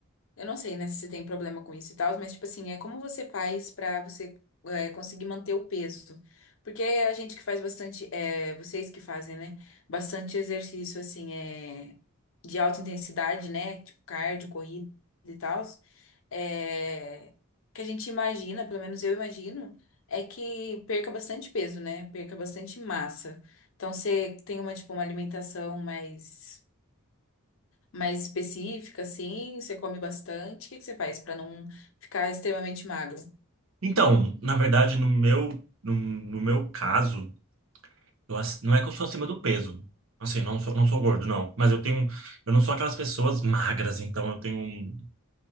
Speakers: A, on the left; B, on the right.
A: Eu não sei, né, se você tem problema com isso e tal, mas, tipo assim, é como você faz pra você é, conseguir manter o peso. Porque a gente que faz bastante, é, vocês que fazem, né, bastante exercício, assim, é, de alta intensidade, né, tipo cardio, corrida e tal, é, que a gente imagina, pelo menos eu imagino, é que perca bastante peso, né, perca bastante massa. Então, você tem uma, tipo, uma alimentação mais mais específica, assim? Você come bastante? O que que você faz para não ficar extremamente magro?
B: Então, na verdade, no meu, no, no meu caso, eu, ac- não é que eu sou acima do peso. Assim, não sou, não sou gordo, não. Mas eu tenho, eu não sou aquelas pessoas magras, então eu tenho. um